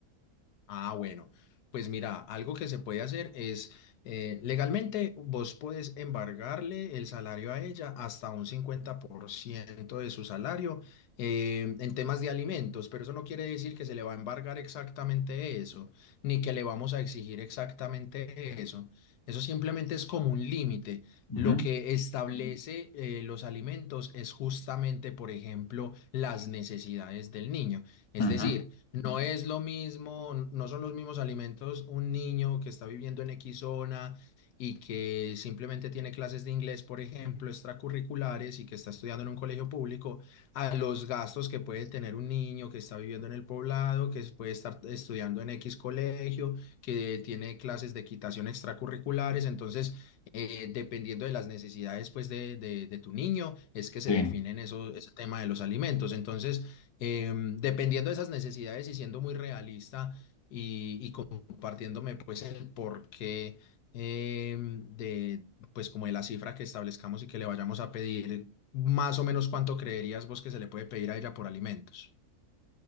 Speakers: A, on the left; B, on the left.
A: Ah, bueno, pues mira, algo que se puede hacer es, eh, legalmente vos podés embargarle el salario a ella hasta un 50% de su salario eh, en temas de alimentos, pero eso no quiere decir que se le va a embargar exactamente eso, ni que le vamos a exigir exactamente eso. Eso simplemente es como un límite.
B: Ujú,
A: Lo que establece eh, los alimentos es justamente, por ejemplo, las necesidades del niño. Es
B: ujú,
A: decir, no es lo mismo, no son los mismos alimentos un niño que está viviendo en X zona y que simplemente tiene clases de inglés, por ejemplo, extracurriculares y que está estudiando en un colegio público, a los gastos que puede tener un niño que está viviendo en el poblado, que puede estar estudiando en X colegio, que tiene clases de equitación extracurriculares. Entonces, eh, dependiendo de las necesidades pues, de, de- de tu niño, es que se
B: Sí.
A: definen eso, ese tema de los alimentos. Entonces, em, dependiendo de esas necesidades y siendo muy realista y, y compartiéndome pues el porqué em, de pues como de la cifra que establezcamos y que le vayamos a pedir, más o menos cuánto creerías vos que se le puede pedir a ella por alimentos.